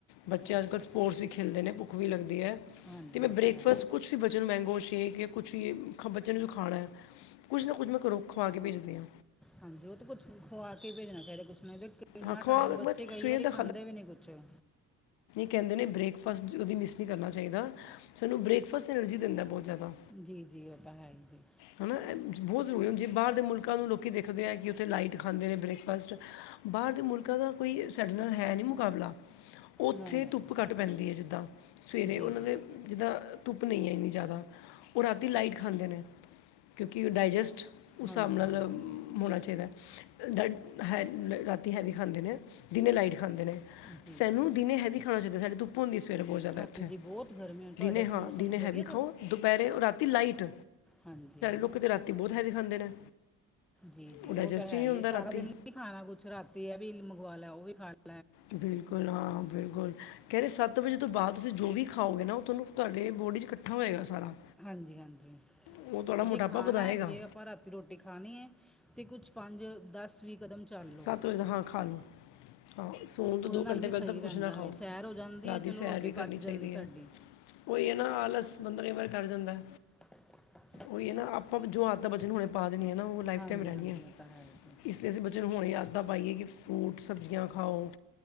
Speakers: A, on the left; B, in the centre.
A: ਬੱਚੇ
B: ਅੱਛਾ
A: ਅੱਜ ਕੱਲ
B: ਅੱਛਾ
A: ਸਪੋਰਟਸ ਵੀ ਖੇਲਦੇ ਨੇ ਭੁੱਖ ਵੀ ਲੱਗਦੀ ਐ।
B: ਹਾਂਜੀ
A: ਤੇ ਮੈਂ
B: ਉਹ
A: ਬ੍ਰੇਕਫਾਸਟ
B: ਤਾਂ ਹੈ
A: ਕੁਛ ਵੀ ਬੱਚਿਆਂ ਨੂੰ ਮੈਂਗੋ ਸ਼ੇਕ ਜਾਂ ਕੁਛ ਵੀ ਬੱਚਿਆਂ ਨੂੰ ਜੋ ਖਾਣਾ ਐ। ਕੁੱਝ ਨਾ ਕੁਝ ਮੈਂ ਕਰੋਂ ਖਵਾ ਕੇ ਭੇਜਦੀ ਆ।
B: ਹਾਂਜੀ ਓ ਤੇ ਕੁਛ ਖਵਾ ਕੇ ਭੇਜਣਾ ਚਾਈਦਾ, ਕੁਛ ਨੇ ਕਿੰਨਾ
A: ਹਾਂ ਖਵਾ
B: ਟਾਈਮ ਬੱਚੇ
A: ਬਸ
B: ਕਈ
A: ਸਵੇਰ
B: ਵਾਰੀ
A: ਦਾ
B: ਖਾਂਦੇ ਵੀ ਨੀ ਕੁਛ। <inaudible>
A: ਕੇਂਦੇ ਨੇ ਬ੍ਰੇਕਫਾਸਟ ਓਦੀ ਮਿਸ ਨਈ ਕਰਨਾ ਚਾਈਦਾ। ਸਾਨੂੰ ਬ੍ਰੇਕਫਾਸਟ ਐਨਰਜੀ ਦਿੰਦਾ ਬੋਤ ਜਾਦਾ।
B: ਜੀ-ਜੀ, ਓ ਤਾਂ ਹੈ ਈ ਜੇ।
A: ਹੈਨਾ ਬੋਤ ਜ਼ਰੂਰੀ ਹੁੰਦੀ ਐ ਬਾਰ ਦੇ ਮੁਲਕਾਂ ਨੂੰ ਲੋਕੀ ਦੇਖਦੇ ਐ ਕਿ ਓਥ ਉੱਥੇ ਲਾਈਟ ਖਾਂਦੇ ਨੇ ਬ੍ਰੇਕਫਾਸਟ ਬਾਰ ਦੇ ਮੁਲਕਾਂ ਦਾ ਕੋਈ ਸਾਡੇ ਨਾਲ ਹੈ ਨੀ ਮੁਕਾਬਲਾ। ਓਥੇ
B: ਨਹੀਂ ਨਹੀਂ
A: ਧੁੱਪ ਘੱਟ ਪੈਂਦੀ ਐ ਜਿੱਦਾਂ ਸਵੇਰੇ
B: ਜੀ
A: ਓਨਾਂ
B: ਜੀ
A: ਦੇ ਜਿੱਦਾ ਧੁੱਪ ਨੀ ਐ ਏਨੀ ਜਾਦਾ ਓ ਰਾਤੀ ਲਾਈਟ ਖਾਂਦੇ ਨੇ ਕਿਉਂਕਿ ਡਾਇਜੈਸਟ, ਉਸ
B: ਹਾਂਜੀ
A: ਸਾਬ ਨਾਲ
B: ਹਾਂਜੀ
A: ਮ ਮੋਣਾ ਚਾਈਦਾ, ਡ ਹੈ ਰਾਤੀ ਹੈਵੀ ਖਾਂਦੇ ਨੇ ਦਿਨੇ ਲਾਈਟ ਖਾਂਦੇ ਨੇ।
B: ਜੀ
A: ਸੈਨੂੰ
B: ਜੀ
A: ਦਿਨੇ ਹੈਵੀ ਖਾ ਖਾਣਾ ਚਾਈਦਾ ਸਾਡੀ ਧੁੱਪ ਹੁੰਦੀ ਸਵੇਰੇ ਬੋਤ ਜਾਦਾ
B: ਹਾਂਜੀ
A: ਏਥੇ,
B: ਬਹੁਤ ਗਰਮੀ ਹੈ ਤੁਹਾਡੇ
A: ਦਿਨੇ
B: ਉੱਥੇ
A: ਹਾਂ
B: ਮੌਸਮ
A: ਦਿਨੇ
B: ਵਧੀਆ
A: ਹੈਵੀ ਖਾਓ। ਦੁਪੈਰੇ ਔਰ ਰਾਤੀ ਲਾਈਟ
B: ਹਾਂਜੀ-ਹਾਂ।
A: ਲੋਕੀ ਤੇ ਰਾਤੀ ਬੋਤ ਹੈਵੀ ਖਾਂਦੇ ਨੇ
B: ਜੀ-ਜੀ,
A: ਉਹ
B: ਓ
A: ਡਾਈਜੈਸਟ
B: ਤਾਂ ਹੈ
A: ਹੀ ਨਹੀਂ
B: ਈ
A: ਹੁੰਦਾ
B: ਏ ਸਾਰਾ
A: ਰਾਤੀ
B: ਦਿਨ ਖਾਣਾ ਕੁਛ ਰਾਤੀ ਏਵੀ ਮੰਗਵਾ ਲੈ ਓ ਵੀ ਖਾ ਲੈ।
A: ਬਿਲਕੁਲ ਹਾਂ ਬਿਲਕੁਲ। ਕੈਂਦੇ ਸੱਤ ਵਜੇ ਤੋਂ ਬਾਦ ਤੁਸੀਂ ਜੋ ਵੀ ਖਾਓਗੇ ਨਾ ਓ ਤੁਆਨੂੰ ਤਾਡੇ ਬੋਡੀ ਚ ਕੱਠਾ ਹੋਏਗਾ ਸਾਰਾ।
B: ਹਾਂਜੀ-ਹਾਂਜੀ,
A: ਉਹ ਤੁਹਾਡਾ
B: ਜੇ
A: ਮੋਟਾਪਾ
B: ਖਾਣਾ
A: ਵਧਾਏਗਾ
B: ਐ ਜੇ ਆਪਾਂ ਰਾਤੀ ਰੋਟੀ ਖਾਣੀ ਏ ਤੇ ਕੁਛ ਪੰਜ-ਦਸ-ਵੀਂਹ ਕਦਮ ਚੱਲ ਲਓ
A: ਸੱਤ ਵਜੇ ਤਾਂ ਹਾਂ ਖਾ ਲਓ। ਆਹੋ ਸੋਣ ਤੋਂ
B: ਉਹਦੇ
A: ਦੋ
B: ਨਾਲ
A: ਘੰਟੇ
B: ਵੀ
A: ਪੈਲਾਂ
B: ਸਹੀ
A: ਤਾਂ
B: ਰਹਿੰਦਾ
A: ਕੁਛ ਨਾ ਖਾਓ
B: ਵੇ ਸੈਰ ਹੋ ਜਾਂਦੀ
A: ਰਾਤੀ
B: ਹੈ ਚਲੋ
A: ਸੈਰ
B: ਰੋਟੀ
A: ਵੀ ਕਰਨੀ
B: ਪਚ
A: ਚਾਈਦੀ
B: ਜਾਂਦੀ
A: ਐ।
B: ਸਾਡੀ
A: ਓਈ ਐ ਨਾ ਆਲਸ ਬੰਦਾ ਕਈ ਵਾਰ ਕਰ ਜਾਂਦਾ ਏ।
B: <inaudible>
A: ਓਈ ਐ ਨਾ ਆਪਾਂ ਜੋ ਆਦਤਾਂ ਬੱਚੇ ਨੂੰ ਹੁਣੇ ਪਾ ਦੇਣੀ ਆ ਨਾ ਓ ਲਾਈਫ
B: ਹਾਂਜੀ
A: ਟਾਇਮ ਰੈਂਨੀਆ।
B: ਹਾਂਜੀ ਉਹ ਤਾਂ ਹੈ ਜੀ
A: ਤੇ ਅਸੀਂ ਬੱਚਿਆ ਨੂੰ ਹੁਣੇ ਆਦਤਾਂ ਪਾਈਆਂ ਕਿ ਫਰੂਟ ਸਬਜ਼ੀਆਂ ਖਾਓ।